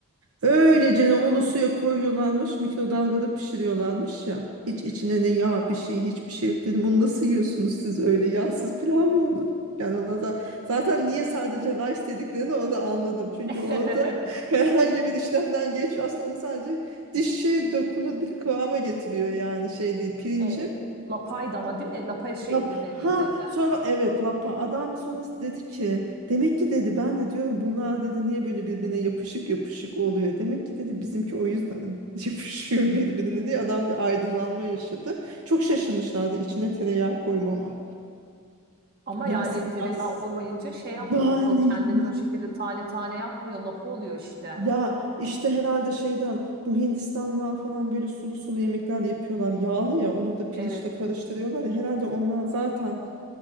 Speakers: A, on the right; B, on the right.
A: Öylecene onu suya koyuyorlarmış, mikrodalgada pişiriyorlarmış ya. Hiç içine ne yağ bir şey, hiçbir şey yok dedim. Onu nasıl yiyorsunuz siz öyle yağsız pilav mı olur? Yani ona da zaten niye sadece rice dediklerini orada anladım. Çünkü
B: <laughs>
A: orada <laughs> herhangi bir işlemden geç aslında onu sadece dişe dokunur bir kıvama getiriyor yani şey değil. Pirinci
B: Evet. Lapaydı ama değil mi? Lapay şeklinde
A: Lap ha
B: miydi?
A: sonra evet Lapa adam sonra dedi ki demek ki dedi ben de diyorum bunlar dedi niye böyle birbirine yapışık yapışık oluyor demek ki dedi bizimki o yüzden <laughs> yapışıyor birbirine diye adam bir aydınlanma yaşadı çok şaşırmışlardı içine tereyağı koymama
B: Ama
A: yağsız
B: yani tereyağı
A: yağsız
B: olmayınca şey yapmıyor
A: yani
B: ki o kendini
A: ni-
B: o şekilde tane tane yapmıyor. Lapa oluyor işte.
A: ya işte herhalde şeyden bu Hindistanlılar falan böyle sulu sulu yemekler yapıyorlar yağlı ya onu da pirinçle
B: Evet.
A: karıştırıyorlar ya herhalde onlar zaten